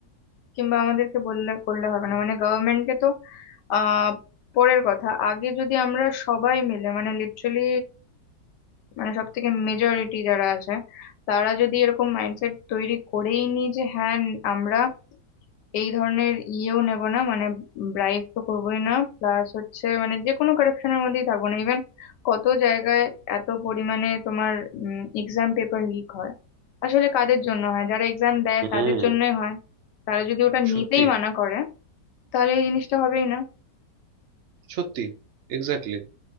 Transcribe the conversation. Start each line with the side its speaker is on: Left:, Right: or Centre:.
Left: কিংবা আমাদেরকে বললে করলে হবে না মানে গভর্নমেন্টকে তো আহ পরের কথা আগে যদি আমরা সবাই মিলে মানে লিটারালি মানে সব থেকে মেজরিটি যারা আছে তারা যদি এরকম মাইন্ডসেট তৈরি করেই নি যে হ্যাঁ আমরা এই ধরনের ইয়েও নেব না মানে ব্রাইব তো করবোই না প্লাস হচ্ছে মানে যে কোনো কারাপশনের মধ্যেই থাকবো না ইভেন কত জায়গায় এত পরিমাণে তোমার এক্সাম পেপার লিক হয় আসলে কাদের জন্য হয় যারা এক্সাম দেয়
Right: হুম
Left: তাদের জন্যই হয় তারা যদি ওটা
Right: সত্যি
Left: নিতেই মানা করে তাহলে এই জিনিসটা হবেই না
Right: সত্যি এক্স্যাক্টলি